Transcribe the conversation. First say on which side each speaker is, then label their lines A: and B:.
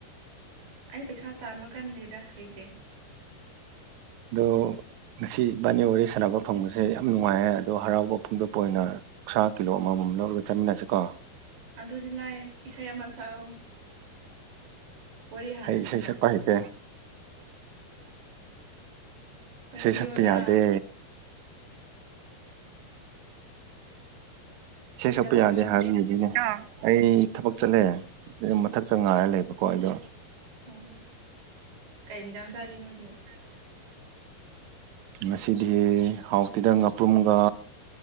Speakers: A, on the right; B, on the right.
A: ꯑꯩ ꯄꯩꯁꯥ ꯇꯥꯟꯕ ꯀꯟꯗꯦꯗ ꯍꯩꯇꯦ
B: ꯑꯗꯣ ꯉꯁꯤ ꯏꯕꯥꯅꯤ ꯋꯥꯔꯤ ꯁꯥꯟꯅꯕ ꯐꯪꯕꯁꯦ ꯌꯥꯝ ꯅꯨꯡꯉꯥꯏ ꯑꯗꯣ ꯍꯔꯥꯎꯕ ꯐꯣꯡꯗꯣꯛꯄ ꯑꯣꯏꯅ ꯑꯣꯛꯁꯥ ꯀꯤꯂꯣ ꯑꯃꯃꯝ
A: ꯏꯁ
B: ꯂꯧꯔꯒ ꯆꯥꯃꯤꯟꯅꯁꯤꯀꯣ
A: ꯑꯗꯨꯗꯤ ꯂꯥꯏ ꯏꯁꯩ ꯑꯃ ꯁꯛꯑꯣ ꯋꯥꯔꯤ ꯍꯥꯟꯅ
B: ꯑꯩ ꯏꯁꯩ
A: ꯁꯥꯟꯅꯕꯒꯤ
B: ꯁꯛꯄ ꯍꯩꯇꯦ
A: ꯁꯛꯄꯤꯌꯣꯗ
B: ꯏꯁꯩ ꯁꯛꯄ ꯌꯥꯗꯦ ꯏꯁꯩ
A: ꯀꯩꯗꯧꯔꯝꯃꯤꯅꯣ
B: ꯁꯛꯄ ꯌꯥꯗꯦ ꯍꯥꯏꯕ <unintelligible> ꯑꯩ ꯊꯕꯛ ꯆꯠꯂꯦ ꯌꯨꯝ ꯃꯊꯛꯇ ꯉꯥꯏꯔ ꯂꯩꯕꯀꯣ ꯑꯩꯗꯣ
A: ꯑꯣ ꯀꯩ ꯏꯟꯖꯥꯡ ꯆꯥꯒꯦ ꯅꯣꯏꯗꯤ
B: ꯉꯁꯤꯗꯤ ꯍꯥꯎꯇꯦꯗ ꯉꯥꯄ꯭ꯔꯨꯝꯒ